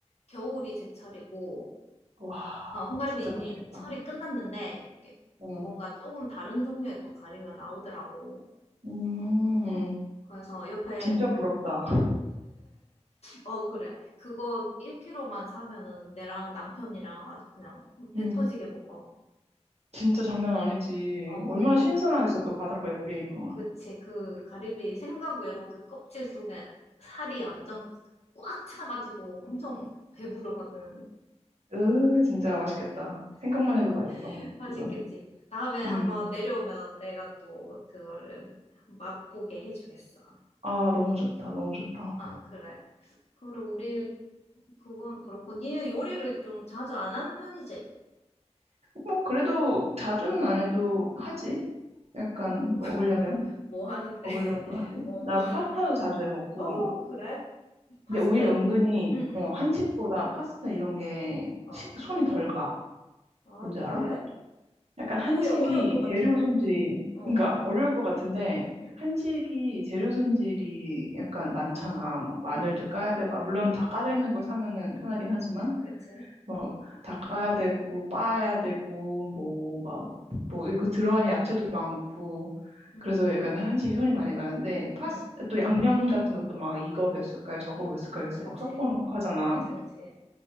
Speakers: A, on the left; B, on the right.
A: 겨울이 제철이고
B: 와,
A: 어 홍가리비
B: 진짜
A: 이미
B: 맛있겠다.
A: 철이 끝났는데 이렇게
B: 어.
A: 뭔가 조금 다른 종류의 또 가리비가 나오더라고.
B: 음,
A: 어 그래서 옆에
B: 진짜 부럽다.
A: 어 그래 그거 1kg만 사면은 내랑 남편이랑 아주 그냥 배
B: 음,
A: 터지게 먹어.
B: 진짜 장난 아니지.
A: 어
B: 얼마나
A: 그리고
B: 신선하겠어, 또 바닷가 옆이니까.
A: 어, 그치. 그 가리비 생각 외로 그 껍질 속에 살이 완전 꽉 차가지고 엄청 배부르거든.
B: 으, 진짜 맛있겠다. 생각만 해도 맛있어,
A: <laughs> 맛있겠지.
B: 지금.
A: 다음에 한번
B: 음.
A: 내려오면 내가 또 그거를 맛보게 해주겠어.
B: 아, 너무 좋다, 너무 좋다.
A: 아, 그래. 그리고 우리 그건 그렇고 니 요리를 좀 자주 안 하는 편이지.
B: 뭐, 그래도 자주는 안 해도 하지. 약간
A: <laughs>
B: 먹으려면,
A: 뭐, 뭐 하는데.
B: 먹으려면
A: <laughs>
B: 또 하지.
A: 뭐,
B: 나
A: 뭐 하는.
B: 파스타도 자주 해 먹고.
A: 어, 그래. 파스타.
B: 근데 오히려 은근히,
A: 응, 응.
B: 어, 한식보다 파스타 이런 게
A: 어.
B: 식, 손이 덜 가.
A: 아,
B: 뭔지
A: 그래?
B: 알아? 약간 한식이
A: 꼬야 어려울 것 같은데?
B: 재료 손질이,
A: 어.
B: 그러니까 어려울 것 같은데,
A: 응,
B: 한식이 재료 손질이 약간 많잖아. 막 마늘도
A: 응, 응.
B: 까야 되고, 아, 물론 다 까져 있는 걸 사면은 편하긴 하지만,
A: <laughs> 그렇지.
B: 뭐다 까야 되고, 빻아야 되고, 뭐, 막, 뭐, 이거 들어간 야채도 많고,
A: 응,
B: 그래서 약간 한식이 손이 많이 가는데, 파스,
A: 응.
B: 또 양념 같은 것도 막 이거 몇 숟갈, 저거
A: 응,
B: 몇 숟갈
A: 그렇지,
B: 해서
A: 그렇지,
B: 막 섞어 놓고 하잖아.
A: 그렇지, 그렇지.